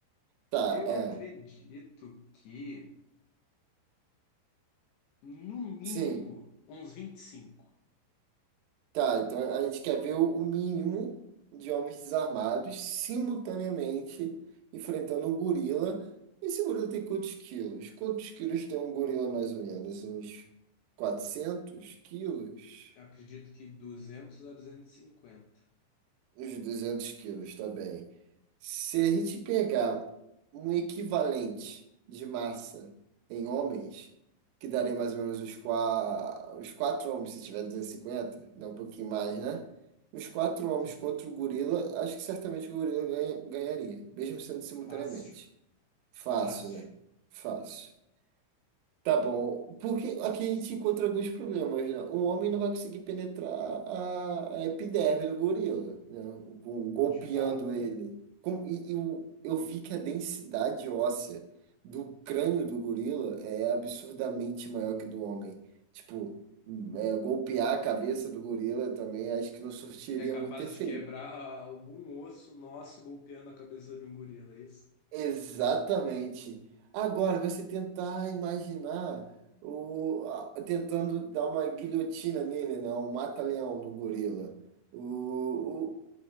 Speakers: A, on the right; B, on the left.
A: Tá,
B: Eu
A: é.
B: acredito que. No mínimo,
A: Sim,
B: uns vinte e cinco
A: tá. Então a gente quer ver o o mínimo de homens desarmados simultaneamente enfrentando um gorila. Esse gorila tem quantos quilos? Quantos quilos tem um gorila mais ou menos? Uns 400 quilos?
B: Eu acredito que duzentos a duzentos e cinquenta
A: Uns 200 quilos, tá bem. Se a gente pegar um equivalente de massa em homens, que daria mais ou menos os, qua... os quatro homens, se tiver 250, né? Um pouquinho mais, né? Os quatro homens
B: Sim,
A: contra o gorila, acho que certamente o gorila ganha- ganharia, mesmo sendo simultaneamente.
B: fácil,
A: Fácil,
B: fácil,
A: né? Fácil. Tá bom. Porque aqui a gente encontra alguns problemas, né? Um homem não vai conseguir penetrar a, a epiderme do gorila, né? Com- golpeando
B: de fato.
A: ele. Com- e, e o- eu vi que a densidade óssea do crânio do gorila é absurdamente maior que do homem. Tipo, hum, é, golpear a cabeça do gorila também acho que não surtiria
B: É capaz
A: muito efeito.
B: de quebrar algum osso nosso golpeando a cabeça de um gorila, é isso?
A: Exatamente. Agora, você tentar imaginar o a- tentando dar uma guilhotina nele, né? Um mata-leão no gorila. O, o-